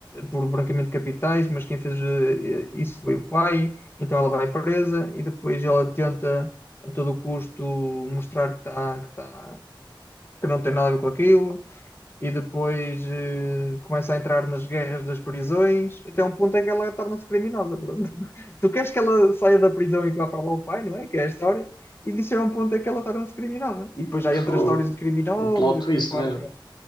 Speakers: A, on the left; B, on the left.
A: por branqueamento de capitais, mas quem fez eh, isso foi o pai, então ela vai presa e depois ela tenta a todo custo mostrar que, tá, que, tá, que não tem nada a ver com aquilo e depois eh, começa a entrar nas guerras das prisões, até um ponto em que ela torna-se criminosa. pronto. <laughs> Tu queres que ela saia da prisão e que vá para lá o pai, não é? Que é a história. E disso é um ponto em que ela torna-se criminosa. E depois já entra
B: Fogo.
A: histórias de criminosos
B: Um plot
A: e
B: twist
A: por aí fora.
B: mesmo.
A: Yeah.